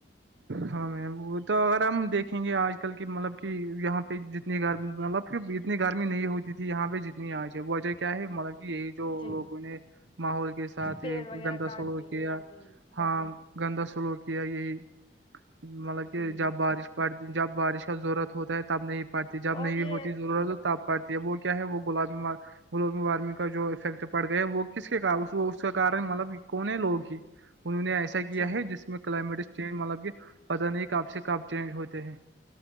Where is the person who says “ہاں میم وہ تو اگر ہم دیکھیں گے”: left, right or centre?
Right